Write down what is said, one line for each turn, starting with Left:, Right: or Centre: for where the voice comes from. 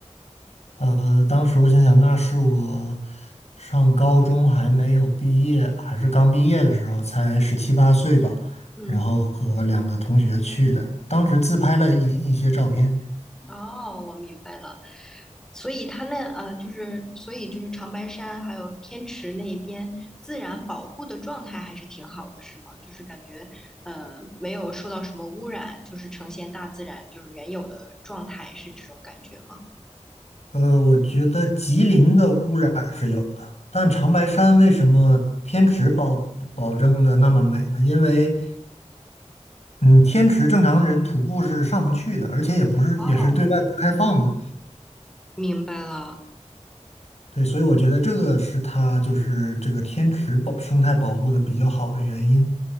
Left: 呃，当时我想想，那是我上高中还没有毕业，还是刚毕业的时候，才十七八岁吧，
Centre: 嗯，
Left: 然后和两个同学去的，当时自拍了一一些照片。
Centre: 哦，我明白了。所以它那呃，就是所以就是长白山还有天池那一边自然保护的状态还是挺好的，是吗？就是感觉呃没有受到什么污染，就是呈现大自然就是原有的状态，是这种感觉吗？
Left: 呃，我觉得吉林的污染是有的，但长白山为什么天池保保证的那么美呢？因为，嗯，天池正常人徒步是上不去的，而且也不是也是对外不开放的。
Centre: 哦，明白了。
Left: 对，所以我觉得这个是它就是这个天池保生态保护的比较好的原因。